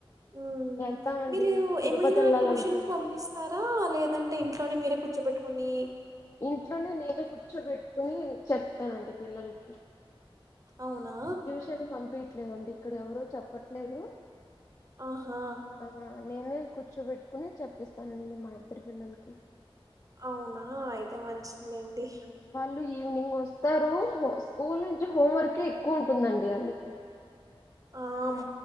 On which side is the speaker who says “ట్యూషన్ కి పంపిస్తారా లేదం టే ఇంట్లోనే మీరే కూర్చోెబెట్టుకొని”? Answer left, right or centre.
Right